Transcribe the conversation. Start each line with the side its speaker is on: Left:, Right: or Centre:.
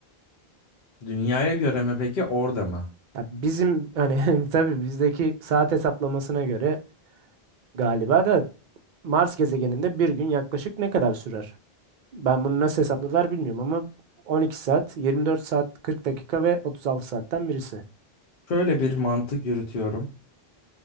Left: Dünyaya göre mi peki orada mı?
Right: Ya bizim hani <laughs> tabii bizdeki saat hesaplamasına göre galiba da Mars gezegeninde bir gün yaklaşık ne kadar sürer? Ben bunu nasıl hesapladılar bilmiyorum ama 12 saat, 24 saat, 40 dakika ve 36 saatten birisi.
Left: Şöyle bir mantık yürütüyorum.